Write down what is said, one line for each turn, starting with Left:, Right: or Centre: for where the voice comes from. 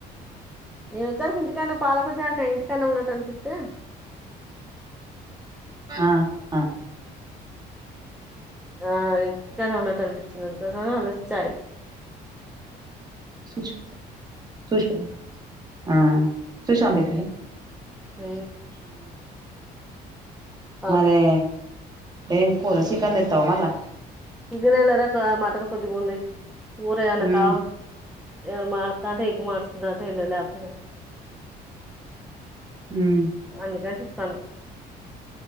Centre: నిను వచ్చార్క్ ఇంటికాన్నే పాాలకుశక్క ఇంటికాన్నే ఉన్నట్టు అనిపి తే
Right: ఆ ఆ
Centre: ఆ ఇంటికాన్నే ఉన్నట్టు అనిపి చ్చింది అందుకోసమే ఆలోచ్చించి
Right: సూష్ సూష్ ఆ సుష్ాపతలే
Centre: అ అ
Right: మరే ఏం కూర చికన్ ఇత్తావా మళ్ళా
Centre: ఇగనేలారా మాటన్ కొద్కుంద ఊరనకా
Right: మ్మ్
Centre: ఎవడ మారుతా అంటే ఎగకు మార్చుకుంటా అంటే ఎ లేపుతన్నా
Right: మ్మ్
Centre: అన్న సను